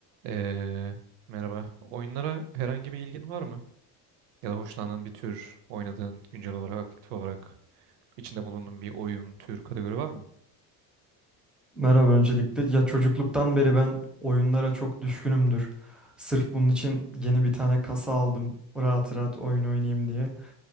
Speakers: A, on the right; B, in the centre.
A: Ee, merhaba. Oyunlara herhangi bir ilgin var mı? Ya da hoşlandığın bir tür, oynadığın, güncel olarak, aktif olarak içinde bulunduğun bir oyun, tür, kategori var mı?
B: Merhaba öncelikle. Ya çocukluktan beri ben oyunlara çok düşkünümdür. Sırf bunun için yeni bir tane kasa aldım. Rahat
A: Hı.
B: rahat oyun oynayayım diye.